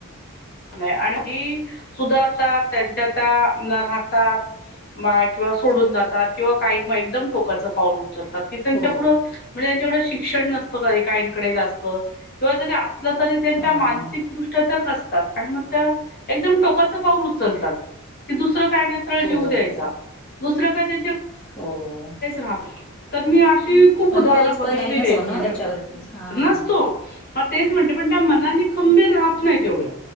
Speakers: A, on the left; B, in the centre.
A: नाही,, आणि ही,, सुधारतात, त्यांच्या त्या राहतात. म किंवा सोडून जातात, किंवा काही, मग एकदम टोकाचं पाऊलत. तात की त्यांच्या
B: हो.
A: पुढं, म्हणजे त्यांच्या शिक्षण नसतं काहींकडे जास्त, किंवा जरी असऽ तरी त्यांच्या
B: हां.
A: मानसिक दृष्ट्या तेऽ मग त्या एकदम टोकाच पाऊल उचलतात,, की दुसर काय नाय ऽ
B: हो,
A: व द्यायचा,
B: हो,
A: दुस काय त्यांऽ
B: हो,,
A: राहात नै,, तर मी अशी खूप
B: पण
A: उदाहरण
B: तोच
A: बघितलेली
B: पर्याय नसतो
A: आहेत,
B: ना
A: म्हणजे
B: त्याच्यावरती. हां.
A: नसतो. मग तेच म्हणते, पण त्या मनाने खंबीर राहत नाही तेवढ्या.